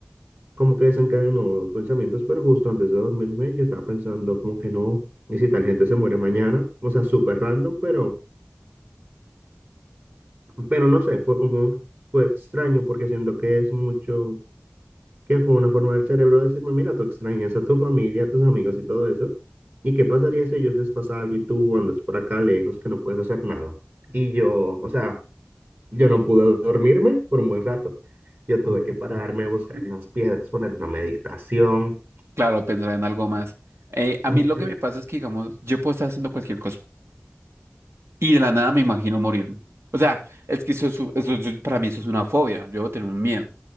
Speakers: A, on the right (about 50°); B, on the right (about 90°).
A: como que desencadenó pensamientos, pero justo antes de dormirme yo estaba pensando como que no, y si tal gente se muere mañana, o sea, súper random, pero, pero no sé, fue como, fue extraño porque siento que es mucho, que fue una forma del cerebro de decirme, mira, tú extrañas a tu familia, a tus amigos y todo eso. ¿Y qué pasaría si a ellos les pasa algo y tú andas por acá lejos que no puedes hacer nada? Y yo, o sea, yo no pude dormirme por un buen rato. Yo tuve que pararme, buscar unas piedras, poner una meditación.
B: Claro, pensar en algo más. Eh, a
A: Sí,
B: mí lo que me pasa es que, digamos, yo puedo estar haciendo cualquier cosa y de la nada me imagino morirme. O sea, es que eso, es- eso- eso- para mí eso es una fobia, yo tengo un miedo.